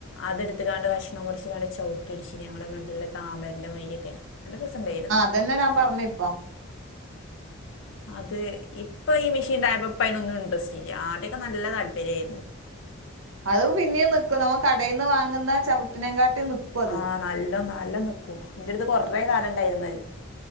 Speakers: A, on the left (about 60°); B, on the right (about 65°).
A: അതെടുത്ത് കാണ്ട് കഷ്ണം മുറിച്ചാണ്ട് ചവിട്ടി അടിച്ചീനി ഞങ്ങളെ നല്ല താമരന്റെ മാതിരിരൊക്കെ നല്ല രസംണ്ടായിരുന്നു
B: അതെന്നെ ഞാൻ പറഞ്ഞേ ഇപ്പോ
A: <inaudible> അത് ഇപ്പൊ ഈ മെഷീൻണ്ടായപ്പോ അയ്നൊന്നും ഇൻട്രസ്റ്റില്ല ആദ്യൊക്കെ നല്ല താല്പര്യമായിരുന്നു
B: അത് പിന്നിം നിക്കും നമ്മ കടയിൽ നിന്ന് വാങ്ങുന്ന ചവിട്ടിനെ കാട്ടിനും നിക്കും അത്
A: ആ നല്ലോ നല്ലോ നിക്കും എന്റെ അടുത്ത് കൊറേ കാലം ഇണ്ടായിരുന്നത്